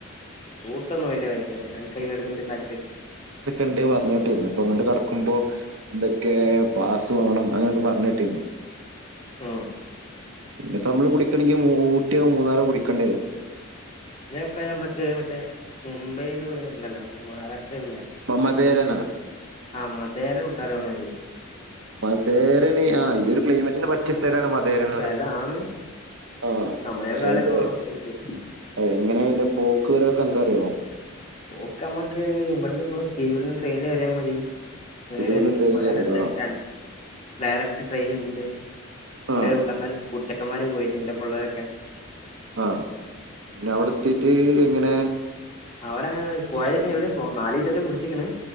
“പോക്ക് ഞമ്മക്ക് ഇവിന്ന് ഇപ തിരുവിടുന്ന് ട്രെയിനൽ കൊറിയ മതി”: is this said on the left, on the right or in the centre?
Left